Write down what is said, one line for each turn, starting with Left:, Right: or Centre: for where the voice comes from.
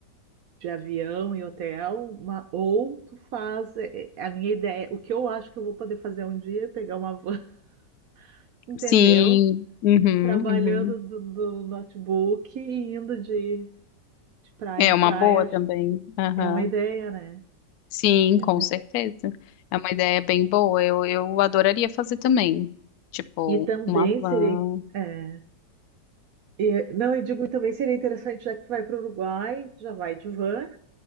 Right: de avião e hotel, ma- ou tu faz. é, é, A minha ideia, o que eu acho que eu vou poder fazer um dia é pegar uma van, <laughs> entendeu?
Left: Sim, uhum,
Right: Trabalhando
Left: uhum.
Right: do, do notebook e indo de de praia
Left: É
Right: em
Left: uma
Right: praia,
Left: boa
Right: acho
Left: também.
Right: que
Left: Aham.
Right: é uma ideia, né?
Left: Sim,
Right: É
Left: com
Right: uma-
Left: certeza. É uma ideia bem boa. Eu, eu adoraria fazer também. Tipo,
Right: E também
Left: uma van.
Right: seria. é, e- não, eu digo, também seria interessante, já que tu vai para o Uruguai, já vai de van,